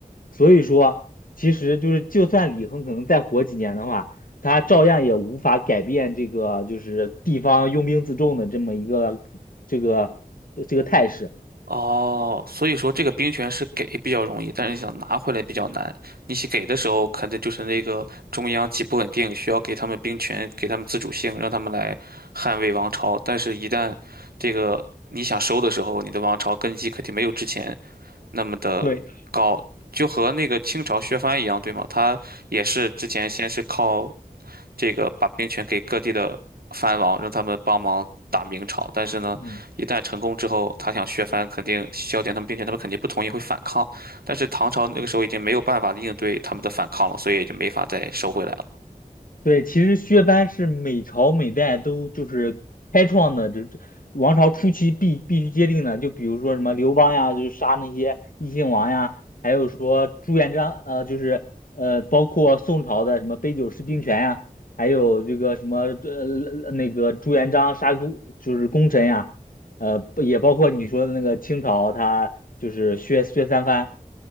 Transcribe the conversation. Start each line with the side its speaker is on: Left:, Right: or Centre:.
Left: 所以说。其实就是，就算李亨可能再活几年的话，他照样也无法改变这个就是地方拥兵自重的这么一个这个这个态势。
Right: 哦，所以说这个兵权是给比较容易，但是你想拿回来比较难。你去给的时候，肯定就是那个中央极不稳定，需要给他们兵权，给他们自主性，让他们来捍卫王朝。但是，一旦这个你想收的时候，你的王朝根基肯定没有之前那么的高，
Left: 对，
Right: 就和那个清朝削藩一样，对吗？他也是之前先是靠这个把兵权给各地的藩王，让他们帮忙打明朝。但是呢，
Left: 嗯。
Right: 一旦成功之后，他想削藩，肯定削减他们兵权，他们肯定不同意，会反抗。但是唐朝那个时候已经没有办法应对他们的反抗了，所以也就没法再收回来了。
Left: 对，其实削藩是每朝每代都就是开创的，这这王朝初期必必须接定的。就比如说什么刘邦呀，就是杀那些异姓王呀，还有说朱元璋，呃，就是呃，包括宋朝的什么杯酒释兵权呀，还有这个什么呃那个朱元璋杀功就是功臣呀，呃，不也包括你说的那个清朝，他就是削削三藩，